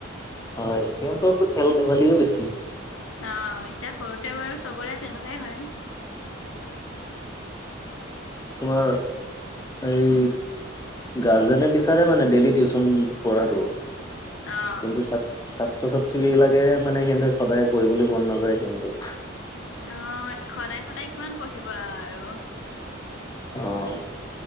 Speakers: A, on the left; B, on the left.
A: হয় সিহঁতো খেল ধেমালিয়ে বেছি।
B: আহ এতিয়া সৰুতে বাৰু চবৰে তেনেকুৱাই হয়।
A: তোমাৰ এই গাৰ্জেনে বিচাৰে মানে ডেইলি টিউচন পঢ়াটো। কিন্তু
B: অ
A: ছাত্ৰ ছাত্ৰীব বিলাকে মানে সিহতে সদায় পঢ়িবলৈ মন নাযায় সিহঁতৰ
B: আহ সদায় সদায় কিমান পঢ়িব আৰু
A: আহ